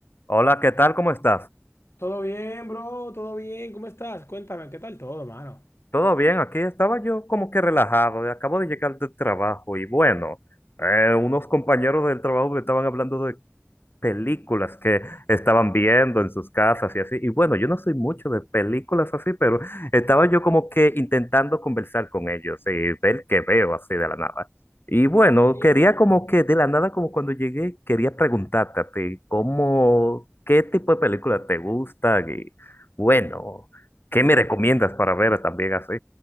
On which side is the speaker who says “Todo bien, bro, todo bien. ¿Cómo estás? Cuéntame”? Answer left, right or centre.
Left